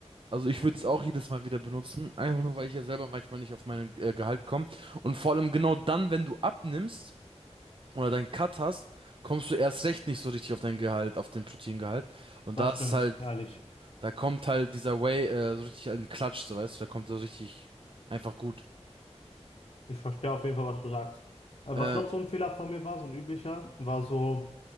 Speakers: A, on the right; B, on the left.
A: Also ich würde es auch jedes Mal wieder benutzen, einfach nur, weil ich ja selber manchmal nicht auf mein äh, Gehalt komme. Und vor allem genau dann, wenn du abnimmst oder deinen Cut hast, kommst du erst recht nicht so richtig auf dein Gehalt, auf den Proteingehalt. Und
B: Das
A: da ist
B: stimmt,
A: halt,
B: ehrlich.
A: da kommt halt dieser Whey äh, so richtig in den Klatsch, so weißt du, da kommt so richtig einfach gut.
B: Ich verstehe auf jeden Fall, was du sagst. Äh,
A: Äh,
B: Was noch so ein Fehler von mir war, so ein üblicher, war so,